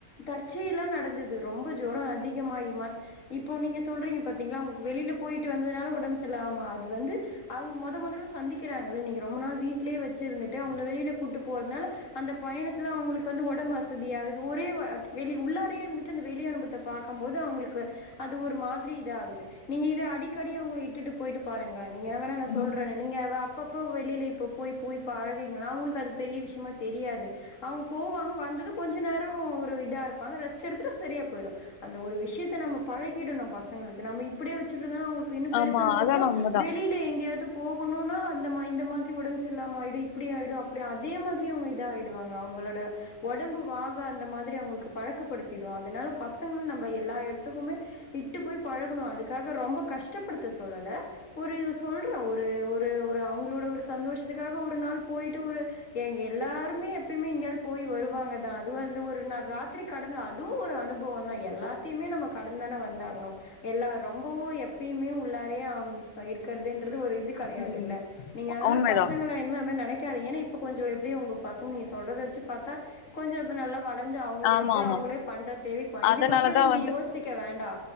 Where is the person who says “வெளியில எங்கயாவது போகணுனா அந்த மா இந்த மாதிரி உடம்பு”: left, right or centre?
Left